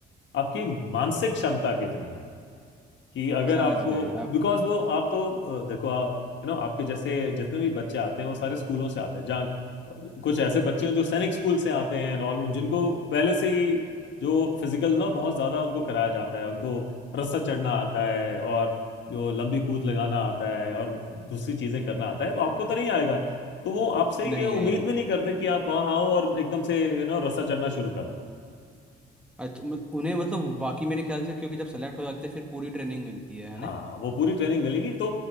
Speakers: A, on the left (about 65°); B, in the centre.
A: आपकी मानसिक क्षमता कितनी है कि अगर
B: समझ
A: आपको
B: गए आप
A: बिकॉज वो आप तो अ, देखो आप यू नो आपके जैसे जितने भी बच्चे आते हैं वो सारे स्कूलों से आते हैं जहाँ अ, कुछ ऐसे बच्चे हैं जो सैनिक स्कूल से आते हैं और जिनको पहले से ही जो फिजिकल ना बहुत ज्यादा उनको कराया जाता है उनको रस्सा चढ़ना आता है और जो लंबी कूद लगाना आता है और दूसरी चीजें करना आता है वो आपको तो नहीं आएगा तो वो आपसे
B: नहीं
A: ये उम्मीद
B: नहीं
A: भी नहीं करते कि आप वहाँ आओ और एकदम से यू नो रस्सा चढ़ना शुरू कर
B: अच्छा मत, उन्हें मतलब बाकी मेरे ख्याल से क्योंकि जब सेलेक्ट हो जाते हैं फिर पूरी ट्रेनिंग मिलती है है
A: हाँ
B: ना
A: वो पूरी ट्रेनिंग मिलेगी तो